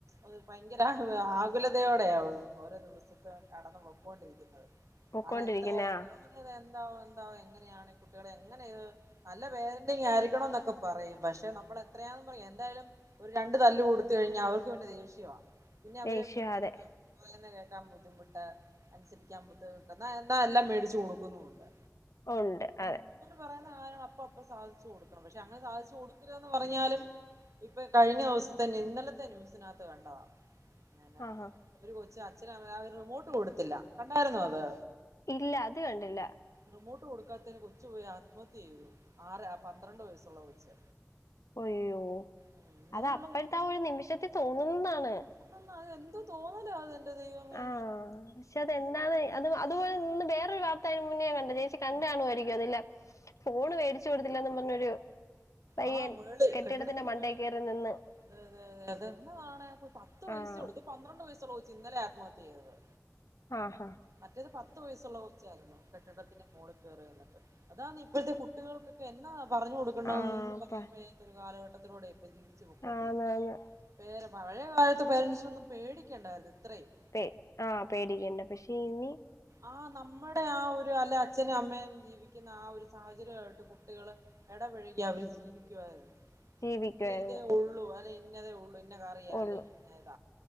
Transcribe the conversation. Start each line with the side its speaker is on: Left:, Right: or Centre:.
Right: അത് ഭയങ്കര ആകുലതയോടെയാവും ഓരോ ദിവസത്തേം കടന്നു പോക്ക്. ക്കോണ്ടിരിക്കുന്നത്
Left: പൊക്കൊണ്ടിരിക്കുന്ന
Right: കാരണം എന്ത
Left: ആ
Right: <inaudible> എന്താവും എന്താവും എങ്ങനെയാണ് കുട്ടികളെ എങ്ങനെ. നല്ല പേരന്റിങ്ങ് ആയിരിക്കണം ന്നൊക്കെ പറയും പക്ഷെ നമ്മൾ എത്രയാണെന്ന് പറഞ്ഞ് എന്തായാലും ഒരു രണ്ടു തല്ല് കൊടുത്ത് കഴിഞ്ഞാൽ അവർക്ക് പിന്നെ ദേഷ്യവ പിന്നെ അവര്ന്
Left: ദേഷ്യം അതെ
Right: <inaudible> കേൾക്കാൻ ബുദ്ധിമുട്ട്. അനുസരിക്കാൻ ബുദ്ധിമുട്ട് എന്താ എല്ലാം മേടിച്ച് കൊടുക്കുന്നുണ്ട്.
Left: ഉണ്ട് അതെ.
Right: പറയുന്ന ആഗ്രഹം അപ്പൊ അപ്പ സാധിച്ച് കൊടുക്കണം പക്ഷെ അങ്ങനെ സാധിച്ചു കൊടുക. ടുക്കന്ന് പറഞ്ഞാലും ഇപ്പൊ കഴിഞ്ഞ ദിവസത്തെന്ന ഇന്നലത്തെ ന്യൂസിനകത്ത് കണ്ടതാ എന്നാ
Left: ആഹാ
Right: ഒര് കൊച്ച് അച്ഛന അവര് റിമോട്ട് കൊടുത്തില്ല കണ്ടായിരുന്നോ അത്.
Left: ഇല്ല അത് കണ്ടില്ല
Right: റിമോട്ട് കൊടുക്കാത്തതിന് കൊച്ചു പോയി ആത്മഹത്യ ചെയ്തുആരാ പന്ത്രണ്ട് വയസ്സുള്ള കൊച്ച്.
Left: അയ്യോ
Right: ഉം ഇങ്ങനെയുള്ള
Left: അത് അപ്പോഴത്തൊ ഒരു നിമിഷത്തിൽ തോന്നുന്നാണ്
Right: എന്തുന്നാ അത് എന്തു തോന്നല അത് എന്റെ ദൈവമേ.
Left: ആ പക്ഷെ അതെന്താണ് അത് അതുപോലെ ന്ന് വേറൊരു വാർത്ത അതിന് മുന്നേ ഞാൻ കണ്ട് ചേച്ചി കണ്ടു കാണുകാരിക്കും അത് ല്ലേ ഫോണ് വേടിച്ചു കൊടുത്തില്ലന്ന് പറഞ്ഞൊരു പയ്യൻ
Right: ആ മേള്
Left: കെട്ടിടത്തിന്റെ മണ്ടയ
Right: മേള്
Left: കേറി നിന്ന്
Right: അതെ അതെ അതെ എന്നതാണ് ഒരു അതെ അതെപത്ത് വയസ്സുള്ളൂ
Left: ആഹ്
Right: ഇത് പന്ത്രണ്ട് വയസ്സുള്ള കൊച്ച് ഇന്നലെ ആത്മഹത്യ ചെയ്തതാ
Left: ആഹ് ഹാ
Right: മറ്റേത് പത്ത് വയസ്സുള്ള കൊച്ചായിരുന്നു കെട്ടിടത്തിന് മോളിൽ കേറി നിന്നത അതാന്ന് ഇപ്പോഴത്തെ കുട്ടികൾക്കൊക്കെ എന്നാ പറഞ്ഞു കൊടു ഇപ്പൊന്നും
Left: ആഹ് അപ്പ
Right: പറയാന്മയ്യാത്ത ഒരു കാലഘട്ടത്തിലൂടെ ഇപ്പ ജീവിച്ചു പോക്കൊണ്ടിരിക്കുന്ന
Left: ആന്നാന്ന്
Right: പേര പഴയ കാലത്ത് പേരൻസിനൊന്നും പേടിക്കേണ്ടായിരുന്നു ഇത്രയും
Left: പേ ആഹ് പേടിക്കണ്ട പക്ഷേ ഇനി
Right: ആഹ് നമ്മുടെ ആ ഒരു അല്ല അച്ഛനും അമ്മയും ജീവി ജീവിക്കുന്ന ആ ഒരു സാഹചര്യമായിട്ട് കുട്ടികള് ഇടപഴകി അവര് ജീവി ക്കുവായിരുന്നു
Left: ജീവിക്കുവായിരുന്നു
Right: അല്ലെ ഇതേ ഉള്ളു അല്ലെ ഇന്നതേ ഒള്ളു ഇന്ന കറിയാ
Left: ഉള്ളു
Right: അല്ലെങ്കി അത